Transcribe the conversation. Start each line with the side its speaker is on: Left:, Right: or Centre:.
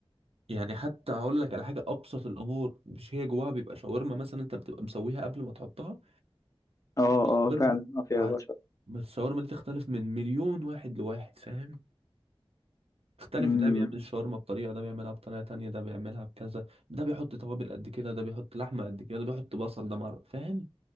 Right: يعني حتى هقول لك على حاجه ابسط الامور مش هي جواها بيبقى شاورما مثلا انت بتبقى مسويها قبل ما تحطها
Left: اه
Right: الشاورما
Left: اه فعلا اه فيها
Right: ع-
Left: بشر
Right: ما الشاورما دي تختلف من مليون واحد لواحد فاهم تختلف
Left: امم
Right: ده بيعمل الشاورما بطريقه ده بيعملها بطريقه تانية ده بيعملها بكذا ده بيحط توابل قد كده ده بيحط لحمه قد كده ده بيحط بصل ده مر... فاهم